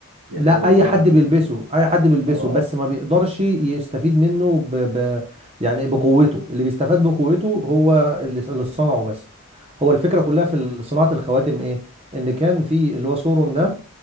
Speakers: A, on the right; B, on the right.
A: بيحاول
B: لا اي
A: بيه
B: حد
A: ويعمل
B: بيلبسه
A: حاجات إيه
B: اي حد بيلبسه
A: أه
B: بس ما بيقدرش يستفيد منه ب... ب... يعني بقوته اللي بيستفاد بقوته هو اللي اللي صنعه بس هو الفكره كلها في صناعه الخواتم ايه ان كان في اللي هو سورون ده